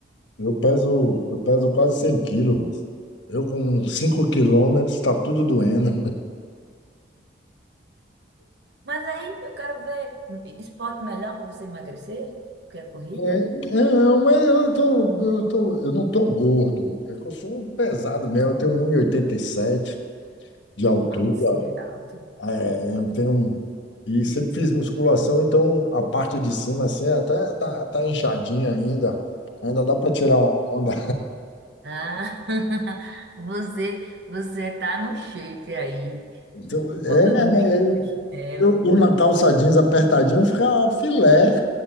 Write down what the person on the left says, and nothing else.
Eu peso, eu peso quase 100 quilos, moço. Eu com 5 quilômetros está tudo doendo.
É, não, mas eu tô, eu tô, eu não tô gordo. É que eu sou pesado mesmo. Eu tenho um e oitenta e sete de altura.
É, eu tenho, um, e sempre fiz musculação, então a parte de cima assim até tá, tá inchadinha ainda. Ainda dá para tirar uma onda.
Então, é,
é,
eu, eu na calça jeans apertadinha fica filé.